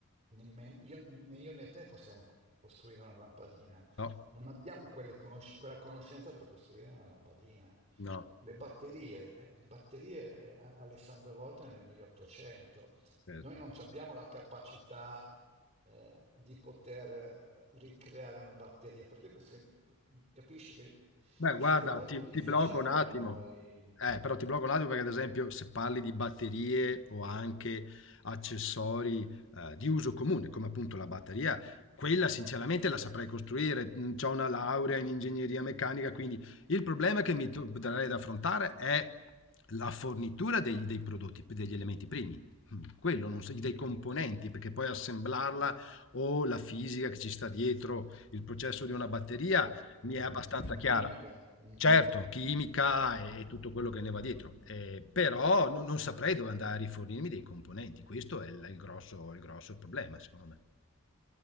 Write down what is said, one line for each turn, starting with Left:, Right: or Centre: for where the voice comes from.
Right: nemmen- io- né io né te possiamo costruire una lampadina.
Left: No,
Right: Non abbiamo quelle conosc- quella conoscenza per costruire una lampadina.
Left: no,
Right: Le batterie, eh, le batterie eh, Alessandro Volta nel 1800.
Left: certo.
Right: Noi non ci abbiamo la capacità eh, di poter eh, ricreare una batteria, per cui questo- capisci che sarebbe
Left: Beh, guarda,
Right: molto
Left: ti,
Right: difficile
Left: ti blocco un
Right: per
Left: attimo.
Right: noi,
Left: Eh, però ti blocco un attimo perché, ad esempio, se parli di batterie o anche accessori eh, di uso comune, come appunto la batteria, quella sinceramente la saprei costruire. Ho una laurea in ingegneria meccanica, quindi il problema che mi darei da affrontare è la fornitura dei, dei prodotti, degli elementi primi. Mm, Quello, non so- dei componenti, perché poi assemblarla o la fisica che ci sta dietro il processo di una batteria
Right: per cui
Left: mi è abbastanza
Right: la
Left: chiara.
Right: chimica. mm.
Left: Certo, chimica e tutto quello che ne va dietro, eh, però non, non saprei dove andare a rifornirmi dei componenti, questo è il, il grosso, il grosso problema, secondo me.